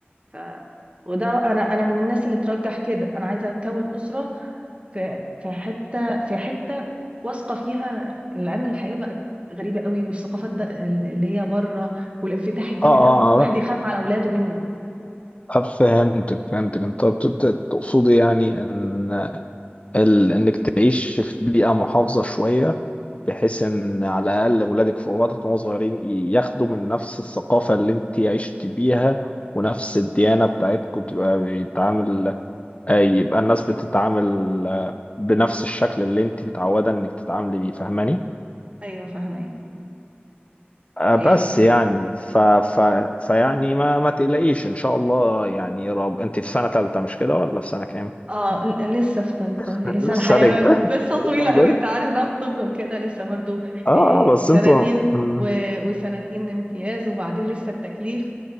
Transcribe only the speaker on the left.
آه آه،
آه، فهمتك فهمتك أنت بت- تقصدي يعني إن ال- إنك تعيش في بيئة محافظة شوية بحيث إن على الأقل أولادك في وقت وهم صغيرين ياخدوا من نفس الثقافة اللي أنت عشت بيها ونفس الديانة بتاعتكم تبقى بيتعامل أي يبقى الناس بتتعامل آه، بنفس الشكل اللي انت متعودة انك تتعاملي بيه فاهماني
آه،
بس يعني ف... ف... فيعني ما ما تقلقيش ان شاء الله يعني يا رب انت في سنة تالتة مش كده ولا في سنة كام
<laughs>
لسه
رج... <laughs>
لسه
رج...
اه
اه بس
انتوا مم.